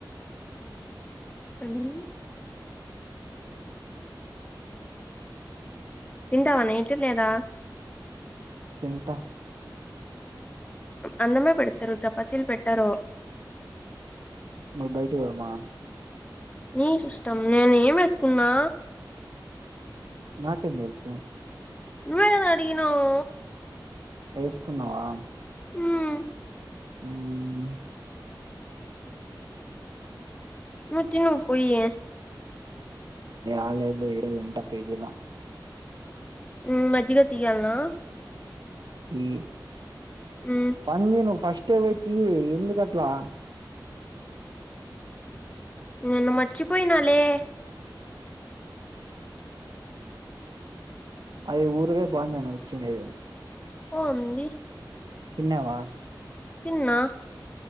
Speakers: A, on the left; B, on the right.
A: సంగ <unintelligible> తింటావా నైట్ లేదా?
B: తింటా
A: అన్నమే పెడతారు. చపాతీలు పెట్టరు.
B: బయటకి పోదమా
A: నీకు ఇష్టం నేను ఏం వేసుకున్నా?
B: నాకేం తెలుసు.
A: నువ్వే గదా అడిగినావు.
B: వేసుకున్నావా
A: హ్మ్
B: ఉమ్
A: నువు తిను పోయి
B: యాదలేదులే ఈడే తింటా పేచేయ్ వ
A: ఉ మజ్జిగ తీయాలనా?
B: ఈ
A: హ్మ్
B: పంది ను ఫస్ట్ ఏట్లో గట్ల తీ ఎందు కట్లా
A: నేను మరిచిపోయినాలే.
B: అది ఊరుగాయ బాగుందా నువ్వు ఇచ్చిండేది.
A: పో ఉంది.
B: తిన్నావా.
A: తిన్నా